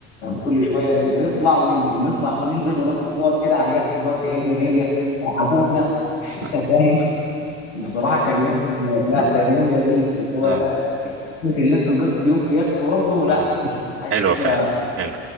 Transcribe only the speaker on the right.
<laughs>
اه
اه
حلوه
فعلا حلو